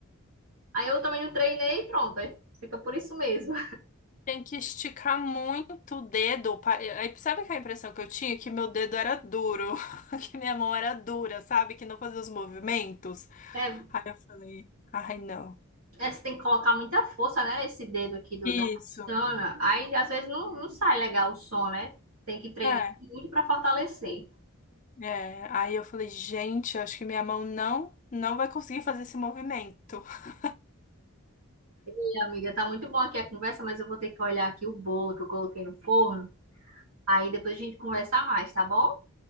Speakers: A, on the right (about 90°); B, on the left (about 35°).
A: <laughs> aí eu também não treinei e pronto, aí fica por isso mesmo.
B: tem que esticar muito o dedo. pa- Aí sabe que a impressão que eu tinha? Que meu dedo era duro, <laughs> que minha mão era dura, sabe? Que não fazia os movimentos.
A: É,
B: Aí eu falei, ai não.
A: é, você tem que colocar muita força, né? Esse dedo aqui do,
B: Isso.
A: da pestana. Aí às vezes não, não sai legal o som, né? Tem que treinar
B: é.
A: muito para fortalecer.
B: É, aí eu falei, gente, eu acho que minha mão não, não vai conseguir fazer esse movimento. <laughs>
A: E, amiga, tá muito bom aqui a conversa, mas eu vou ter que olhar aqui o bolo que eu coloquei no forno. Aí depois a gente conversa mais, tá bom?